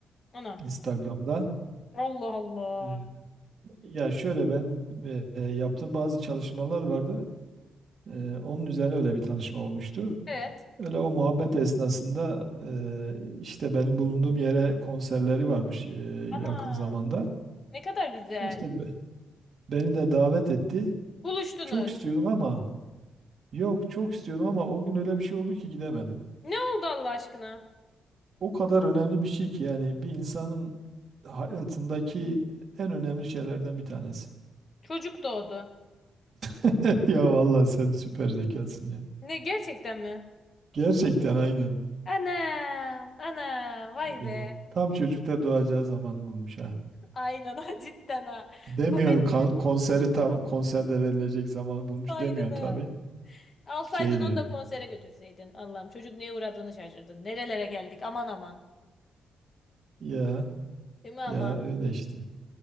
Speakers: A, on the left; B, on the right.
A: Ana.
B: Instagram'da.
A: Allah Allah.
B: Ee, Ya şöyle ben e, e, yaptığım bazı çalışmalar vardı. Ee, Onun üzerine öyle bir tanışma olmuştu.
A: Evet.
B: Öyle o muhabbet esnasında e, işte benim bulunduğum yere konserleri varmış e,
A: Ana.
B: yakın zamanda.
A: Ne kadar güzel.
B: İşte be- beni de davet etti.
A: Buluştunuz.
B: Çok istiyordum ama yok çok istiyordum ama o gün öyle bir şey oldu ki gidemedim.
A: Ne oldu Allah aşkına?
B: O kadar önemli bir şey ki yani bir insanın hayatındaki en önemli şeylerden bir tanesi.
A: Çocuk doğdu.
B: <laughs> Ya vallahi sen süper zekasın ya.
A: Ne gerçekten mi?
B: Gerçekten aynen.
A: Anam. Ana. Vay be.
B: Ya, tam çocuk da doğacağı zamanı bulmuş ha.
A: Aynen ha <laughs> cidden ha.
B: Demiyorsun
A: Komedi
B: kan- konserin tam konserde verilecek zamanı bulmuş
A: aynını.
B: demiyorsun tabii.
A: Alsaydın
B: Şey diyorsun.
A: onu da konsere götürseydin. Allah'ım çocuk neye uğradığını şaşırdın. Nerelere geldik aman aman.
B: Ya
A: Değil mi ama?
B: ya öyle işte.